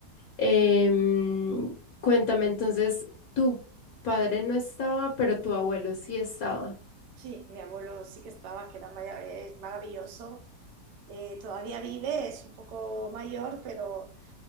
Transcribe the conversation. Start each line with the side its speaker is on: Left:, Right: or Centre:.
Left: Em, cuéntame entonces, tu padre no estaba, pero tu abuelo sí estaba.
Right: Sí, mi abuelo sí que estaba, que era maya- es maravilloso. Eh, todavía vive, es un poco mayor, pero